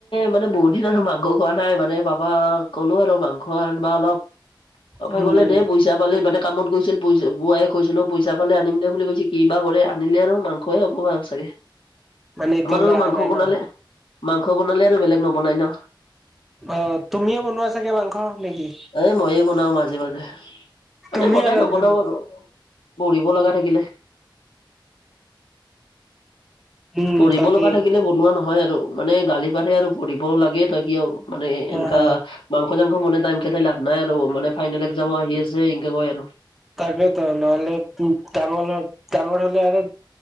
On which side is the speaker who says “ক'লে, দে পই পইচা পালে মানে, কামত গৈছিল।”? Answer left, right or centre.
Left